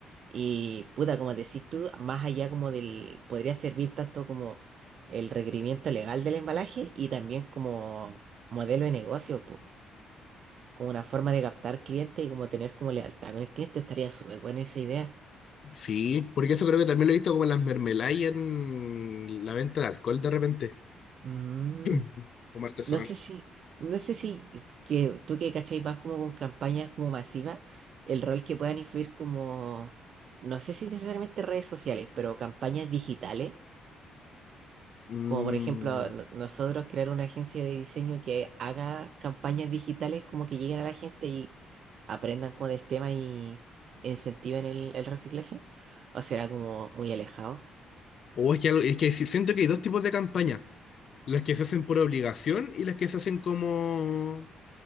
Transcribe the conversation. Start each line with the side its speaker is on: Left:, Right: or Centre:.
Right: Y puta, como decís tú, más allá como del, podría servir tanto como el requerimiento legal del embalaje y también como modelo de negocio, po, como una forma de captar clientes y como tener como lealtad con el cliente, estaría súper buena esa idea.
Left: Sí, porque eso creo que también lo he visto como en las mermeladas y en la venta de alcohol de repente,
Right: Mm,
Left: <clears throat> como artesanal.
Right: no sé si, no sé si es que tú que cachai más como con campañas como masivas, el rol que puedan influir como, no sé si necesariamente redes sociales, pero campañas digitales
Left: Mm.
Right: Como por ejemplo, no- nosotros crear una agencia de diseño que haga campañas digitales como que lleguen a la gente y aprendan con el tema y incentiven el, el reciclaje. O será como muy alejado.
Left: O es que, algo- es que si- siento que hay dos tipos de campañas, las que se hacen por obligación y las que se hacen como,